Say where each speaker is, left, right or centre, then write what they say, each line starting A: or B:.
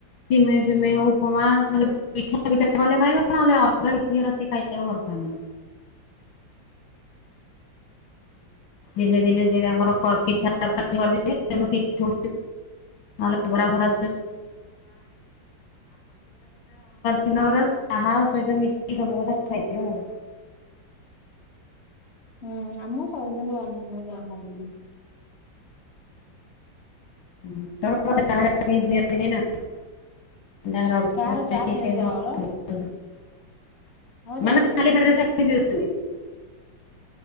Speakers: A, on the left (about 85°); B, on the left (about 50°).
A: ସିମେ ଫିମେ ଉପମା ନହେଲେ ପିଠା ପିଠା କଲେ ଖାଇବେ ନହେଲେ ଅଲଗା କିଛି କଲେ ସେ ଖାଇବାକୁ ଭଲ ପାଆନ୍ତିନୀ। ଦିନେ ଦିନେ ସେ ତାଙ୍କର ପିଠା ତର କରିଦ ନହେଲେ ଫ ଆଉ ଅଲଗା ଦିନ ଚାହା ସହିତ ମିଶ ସବୁ କଥା ଖାଇଦ ଆଉ ।
B: ହୁଁ ଆମ ସବୁଦିନ ବନେ ଯାହା ହେଲେ ବି ।
A: <unintelligible>
B: କାହାର ଚା
A: <inaudible>
B: ପିଅନ୍ତି ଆମର ଆମର ଚା ପିଅନ୍ତି।